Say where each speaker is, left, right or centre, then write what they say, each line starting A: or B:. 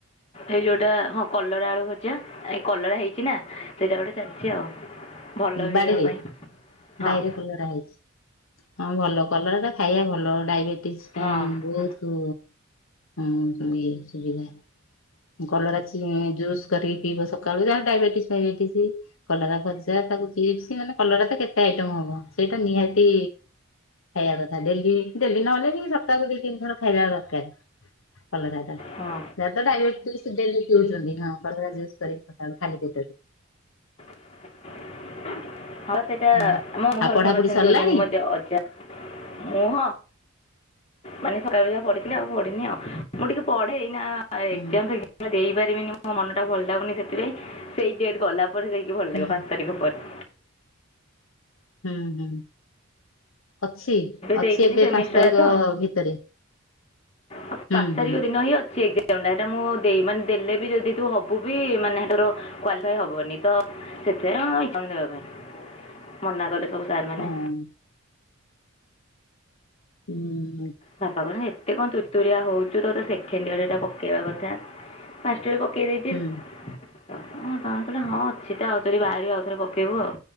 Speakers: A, on the left (about 30°); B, on the left (about 70°).
A: ଏଇ ଯୋଉଟା ହଁ କଲରା ଆଳୁ ଭଜା। ଏଇ କଲରା ହେଇଛି ନା ସେଇଟା ଗୋଟେ ଚାଲିଛି ଆଉ। ଭଲ ବି
B: ବାଡ଼ିରେ
A: ଦେହ ପାଇଁ ହଁ
B: ବାଇରେ କଲରା ହେଇଚି। ହଁ ଭଲ କଲରା ଟା ଖାଇବା ଭଲ ଡାଇବେଟିସ ପାଇଁ
A: ହଁ
B: ବହୁତ ହଁ ଏ ସୁବିଧା। କଲରା ଜୁସ୍ କରିକି ପିଇବ ସକାଳୁ ଯାହା ଡାଇବେଟିସ୍ ଫାଇବେଟିସ କଲରା ଭଜା। ତାକୁ ଚିପ୍ ମାନେ କଲରା ତ କେତେ ଆଇଟମ ହବ ସେଇଟା ନିହାତି ଖାଇବା କଥା ଡେ ଡେଲି ନହେଲେ ବି ସପ୍ତାହକୁ ଦି ତିନି ଥର ଖାଇବା ଦରକାର। କଲରା ଟା ସେରା
A: ହଁ
B: ତ ଡାଇବେ <unintelligible> ଉଛନ୍ତିୁ ହଁ କଲରା ଜୁସ କରି ଖାଲି ପେଟରେ।
A: <unintelligible> ହଁ ସେଇଟା
B: ହଁ।
A: ମୋ
B: ଆଉ
A: ଘରେ
B: ପଢାପଢି
A: ସମସ୍ତେ
B: ସରିଲାଣି
A: ସେମତି ହଉଛନ୍ତି ମତେ ଅଜା ମୁ ହଁ ମାନେ ସକା ବା ପଢି ଆଉ ପଢିନି ଆଉ ମୁଁ ଟିକେ ପଢେ ଏଇନା ଏକ୍ଜାମ
B: ହୁଁ
A: ବିନି ମୋ ମନ ଟା ଭଲ ଲାଗୁନି ସେଥିପାଇଁ ସେଇ ଡେଟ ଗଲା ପରେ ଯାଇକି ଭଲ
B: ହୁଁ
A: ଲାଗିବ ପାଞ୍ଚ ତାରିଖ ପରେ।
B: ହୁଁ ହୁଁ। ଅଛି
A: ଦେଇଛି
B: ଅଛି ଏବେ
A: ସେମିଷ୍ଟର
B: ପାଞ୍ଚ ତାରିଖ
A: ତ
B: ଭିତରେ
A: ଆଉ
B: ହୁଁ
A: ପାଞ୍ଚ ତାରିଖ
B: ହୁଁ।
A: ଦିନ ହିଁ ଅଛି ଏଗଜାମତାରେ। ସେଟା ମୁଁ ଦେଇ ମାନେ ଦେଲେ ବି ଯଦି ତୁ ହବୁ ବି ମାନେ ତର କ୍ଵାଲିଫାଇ ହବନି ତ ସେଥି ହଣ ଦେବା ପାଇଁ ମନା କଲେ ସବୁ। ସାର୍ମାନେ
B: ହଁ ହୁଁ।
A: ବାପା କହୁଛନ୍ତି ଏତେ କଣ ତୁତୁରିଆ ହଉଛୁ ତ ସେ ଖେଣ୍ଡିଆଡ ଟା ପକେଇବା କଥା ମାଞ୍ଷ୍ଟରେ ପକେଇ ଦେଇଚି।
B: ହୁଁ।
A: କଣ କହିଲେ ହଁ ଅଛି ତ ଆଉଥ ବାହାରି ଆଉ ଥରେ ପକେଇବୁ ଆଉ